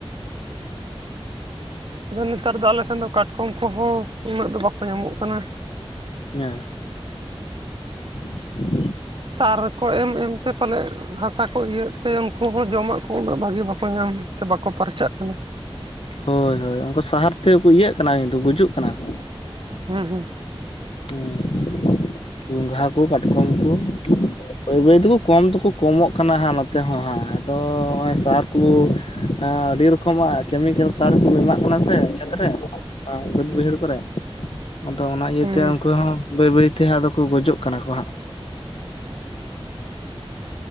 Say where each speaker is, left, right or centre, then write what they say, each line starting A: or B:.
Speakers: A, on the right (about 55°); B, on the left (about 65°).
A: ᱟᱫᱚ ᱱᱮᱛᱟᱨ ᱫᱚ ᱟᱞᱮ ᱥᱮᱱ ᱫᱚ ᱠᱟᱴᱠᱚᱢ ᱠᱚᱦᱚᱸ ᱩᱱᱟᱹᱜ ᱫᱚ ᱵᱟᱠᱚ ᱧᱟᱢᱚᱜ ᱠᱟᱱᱟ
B: ᱦᱮᱸ <inaudible>
A: ᱥᱟᱨᱠᱚ ᱮᱢ ᱮᱢᱛᱮ ᱯᱟᱞᱮᱱ ᱦᱟᱥᱟ ᱠᱚ ᱤᱭᱟᱹᱜ ᱛᱮ ᱩᱱᱠᱩ ᱦᱚᱸ ᱡᱚᱢᱟᱜ ᱠᱚ ᱩᱱᱟᱹᱜ ᱵᱷᱟᱹᱜᱤ ᱵᱟᱠᱚ ᱧᱟᱢ ᱛᱮ ᱵᱟᱠᱚ ᱯᱟᱨᱪᱟᱜ ᱠᱟᱱᱟ
B: ᱦᱳᱭ ᱦᱳᱭ ᱩᱱᱠᱩ ᱥᱟᱦᱟᱨ ᱛᱮᱠᱚ ᱤᱭᱟᱹᱜ ᱠᱟᱱᱟ ᱠᱤᱱᱛᱩ ᱜᱩᱡᱩᱜ ᱠᱟᱱᱟ ᱠᱚ
A: ᱦᱮᱸ ᱦᱮᱸ
B: ᱦᱚᱸ ᱜᱚᱸᱜᱷᱟ ᱠᱚ ᱠᱟᱴᱠᱚᱢ ᱠᱚ ᱵᱟᱹᱭ ᱵᱟᱹᱭ ᱛᱮᱠᱚ ᱠᱚᱢ ᱫᱚᱠᱚ ᱠᱚᱢᱚᱜ ᱠᱟᱱᱟ ᱦᱟᱸᱜ ᱱᱚᱛᱮ ᱦᱚᱸ ᱦᱟᱸᱜ ᱟᱫᱚ ᱥᱟᱨ ᱠᱚ ᱟᱹᱰᱤ ᱨᱚᱠᱚᱢᱟᱜ ᱠᱮᱢᱤᱠᱮᱞ ᱥᱟᱨ ᱠᱚ ᱮᱢᱟᱜ ᱠᱟᱱᱟ ᱥᱮ ᱠᱷᱮᱛ ᱨᱮ ᱟᱫᱚ ᱵᱟᱹᱛ ᱵᱟᱭᱦᱟᱹᱲ ᱠᱚᱨᱮ ᱟᱫᱚ ᱚᱱᱟ
A: ᱦᱩᱸ
B: ᱛᱮ ᱩᱱᱠᱩ ᱦᱚᱸ ᱵᱟᱹᱭ ᱵᱟᱹᱭᱛᱮ ᱠᱚ ᱟᱫᱚ ᱠᱚ ᱜᱚᱡᱚᱜ ᱠᱟᱱᱟ ᱠᱚ ᱦᱟᱸᱜ